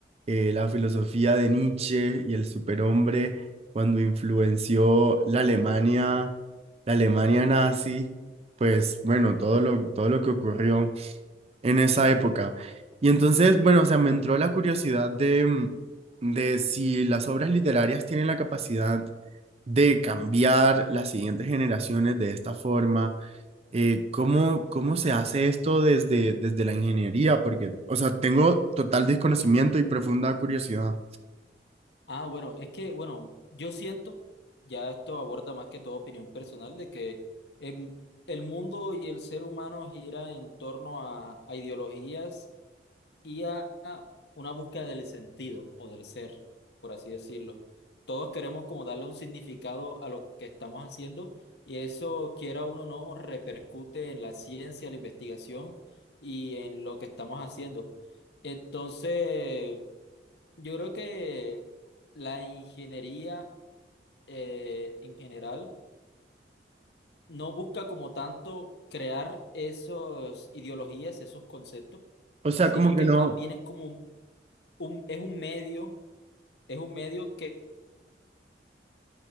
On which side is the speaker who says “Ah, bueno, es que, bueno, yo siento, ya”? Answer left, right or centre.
Left